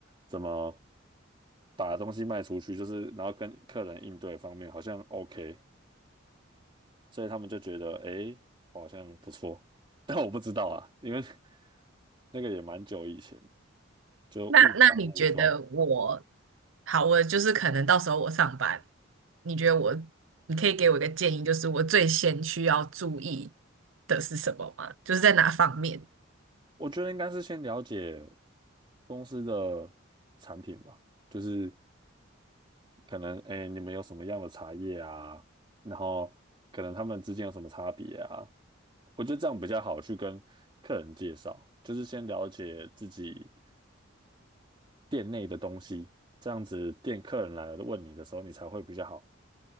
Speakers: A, on the right; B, on the right.
A: 怎么把东西卖出去，就是然后跟客人应对方面好像 OK，所以他们就觉得诶，好像不错，但我不知道啊，因为 <laughs> 那个也蛮久以前，就误打误撞。
B: 那那你觉得我好？我就是可能到时候我上班，你觉得我，你可以给我一个建议，就是我最先需要注意的是什么吗？就是在哪方面？
A: 我觉得应该是先了解公司的产品吧，就是可能哎诶，你们有什么样的茶叶啊，然后可能他们之间有什么差别啊。我觉得这样比较好去跟客人介绍，就是先了解自己店内的东西，这样子店客人来了问你的时候，你才会比较好，